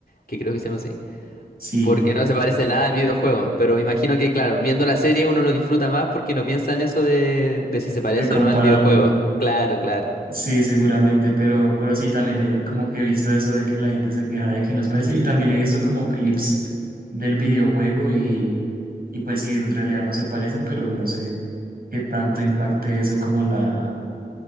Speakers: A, on the left (about 60°); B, on the right (about 60°).
A: que creo que se llama así,
B: Sí,
A: porque no se parece nada al videojuego. Pero me imagino que, claro, viendo la serie uno lo disfruta más porque no piensa en eso de, de si se parece
B: de compararlo.
A: o no al videojuego. Claro, claro.
B: Sí, seguramente, pero, pero sí, también he- como que he visto eso de que la gente se queja de que no es parece y también he visto como clips del videojuego y, y pues sí, en realidad no se parecen, pero no sé qué tanto impacte eso como la,